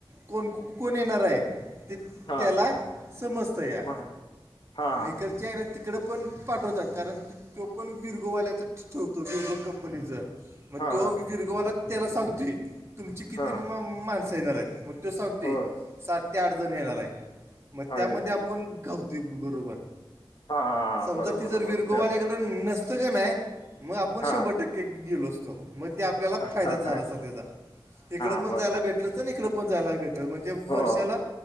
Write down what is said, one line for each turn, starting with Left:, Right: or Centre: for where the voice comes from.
Right: कोण कोण येणार आहेत ते
Left: हा हा
Right: त्याला समजत या
Left: मग हा
Right: मैकरच्या तिकडं पण पाठवतात कारण ती तो पण विरगोवाल्याचं ठ ठेवतो विरगो कंपनीचं मग
Left: हा
Right: तो
Left: हा
Right: दीर्घवाला त्याला सांगतोय तुमची किती
Left: हा
Right: माणसं येणार आहेत मग तो संवते
Left: होय
Right: सात ते आठ जण येणार आहे मग त्यामध्ये
Left: आहेच
Right: आपण गावतोय बरोबर
Left: हा
Right: समजा
Left: बरोबर
Right: ती जर
Left: बरोबर
Right: विरघोवाल्याकडे
Left: त्यात
Right: नसतं का नाही मग आपण
Left: हा
Right: शंभर टक्के गेलो असतो मग ते आपल्याला
Left: हा
Right: फायदाच झाला अस त्याचा इकड
Left: बरोबर
Right: पण जायला भेटलं तर इकडं पण जायला भेटलं तर म्हणजे
Left: हो
Right: वर्षाला